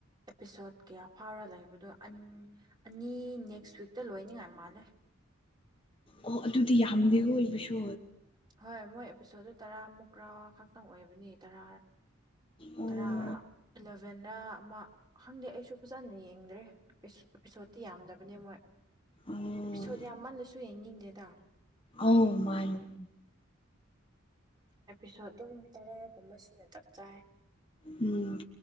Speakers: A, on the right; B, on the left.
A: ꯑꯦꯄꯤꯁꯣꯠ ꯀꯌꯥ ꯐꯥꯎꯔ ꯂꯩꯕꯗꯣ ꯑꯅꯤ ꯅꯦꯛꯁ ꯋꯤꯛꯇ ꯂꯣꯏꯅꯤꯡꯉꯥꯏ ꯃꯥꯜꯂꯦ
B: ꯑꯣ ꯑꯗꯨꯗꯤ ꯌꯥꯝꯗꯦ ꯑꯣꯏꯕꯁꯨ
A: ꯍꯣꯏ ꯃꯣꯏ ꯑꯦꯄꯤꯁꯣꯗ ꯇꯔꯥꯃꯨꯛ ꯀꯔꯥ ꯈꯛꯇꯪ ꯑꯣꯏꯕꯅꯤ ꯇꯔ
B: ꯑꯣ
A: ꯇꯔꯥꯂ ꯏꯚꯦꯟꯗ ꯑꯃ ꯈꯪꯗꯦ ꯑꯩꯁꯨ ꯐꯖꯅ ꯌꯦꯡꯗ꯭ꯔꯦ ꯑꯦꯄꯤꯁꯣꯠꯇꯤ ꯌꯥꯝꯗꯕꯅꯦ ꯃꯣꯏ
B: ꯑꯧ
A: ꯑꯦꯄꯤꯁꯣꯠ ꯌꯥꯝ ꯃꯜꯂꯁꯨ ꯌꯦꯡꯅꯤꯡꯗꯦꯗ
B: ꯑ ꯃꯥꯅꯦ
A: ꯑꯦꯄꯤꯁꯣꯠ ꯑꯗꯨꯝ ꯇꯔꯒꯨꯝꯕ ꯁꯤꯅ ꯆꯞ ꯆꯥꯏ
B: ꯎꯝ